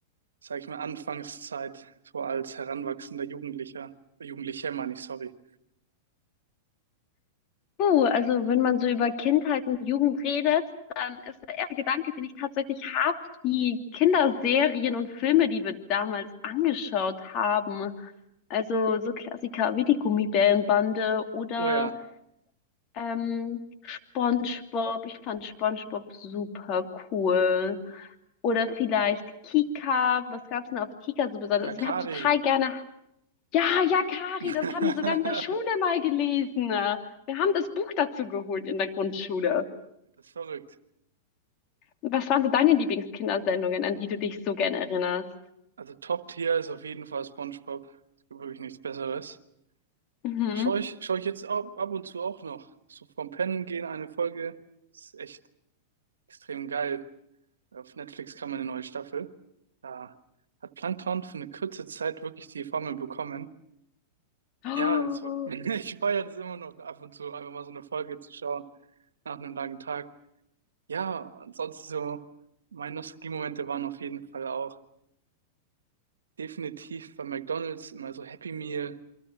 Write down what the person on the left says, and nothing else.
Puh, also wenn man so über Kindheit und Jugend redet, dann ist der erste Gedanke, den ich tatsächlich habe, die Kinderserien und Filme, die wir damals angeschaut haben. Also so Klassiker wie die Gummibärenbande oder
ähm, SpongeBob. Ich fand SpongeBob super cool. Oder vielleicht Kika. Was gab's denn auf Kika so besonders?
Also
ich habe total gerne ja, ja, Kari,
das haben wir sogar in der Schule mal gelesen. Wir haben das Buch dazu geholt in der Grundschule.
Was waren so deine Lieblingskindersendungen, an die du dich so gern erinnerst?
Mhm.
<gasps>
Oh.